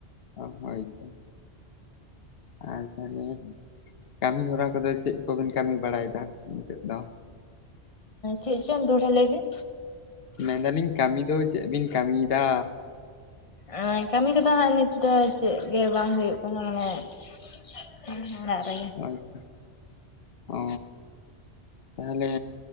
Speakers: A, on the left; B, on the left.
A: ᱚ ᱦᱳᱭᱛᱚ ᱟᱨ ᱛᱟᱦᱚᱞᱮ ᱠᱟᱹᱢᱤ ᱦᱚᱨᱟ ᱠᱚᱫᱚ ᱪᱮᱫ ᱠᱚᱵᱤᱱ ᱠᱟᱹᱢᱤ ᱵᱟᱲᱟᱭᱮᱫᱟ ᱱᱤᱛᱳ ᱫᱚ?
B: ᱪᱮᱫ ᱪᱚᱝ ᱫᱚᱲᱦᱟ ᱞᱟᱹᱭᱵᱮᱱ?
A: ᱢᱮᱱᱫᱟᱞᱤᱧ ᱠᱟᱹᱢᱤ ᱫᱚ ᱪᱮᱫ ᱵᱤᱱ ᱠᱟᱹᱢᱤᱫᱟ?
B: ᱮᱸ ᱠᱟᱹᱢᱤ ᱠᱚᱫᱚ ᱦᱟᱸᱜ ᱱᱤᱛ ᱫᱚ ᱪᱮᱫ ᱜᱮ ᱵᱟᱝ ᱦᱩᱭᱩᱜ ᱠᱟᱱᱟ᱾ <inaudible> ᱢᱟᱱᱮ ᱚᱲᱟᱜ ᱨᱮᱜᱮ᱾
A: ᱟᱪ <unintelligible> ᱚ ᱛᱟᱦᱚᱞᱮ